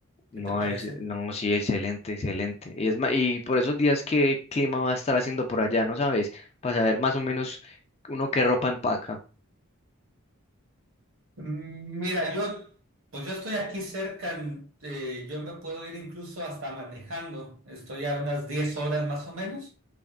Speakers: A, on the left; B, on the right.
A: No,
B: ¿Qué te parece?
A: es, no, sí, excelente, excelente. Y es ma- y por esos días, ¿qué clima va a estar haciendo por allá? ¿No sabes? Para saber más o menos uno qué ropa empaca.
B: Mm, Mira, yo, pues yo estoy aquí cerca, en- eh, yo me puedo ir incluso hasta manejando, estoy a unas 10 horas más o menos,